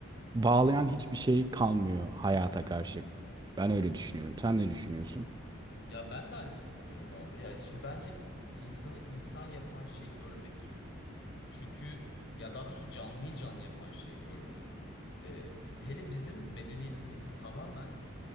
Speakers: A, on the right; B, on the left.
A: bağlayan hiçbir şey kalmıyor hayata karşı. Ben öyle düşünüyorum. Sen ne düşünüyorsun?
B: Ya ben de aynısını düşünüyorum abi. Yani şimdi bence insanı insan yapan şey ölmek. Çünkü ya daha doğrusu canlıyı canlı yapan şey ölmek. Ee, hele bizim medeniyetimiz tamamen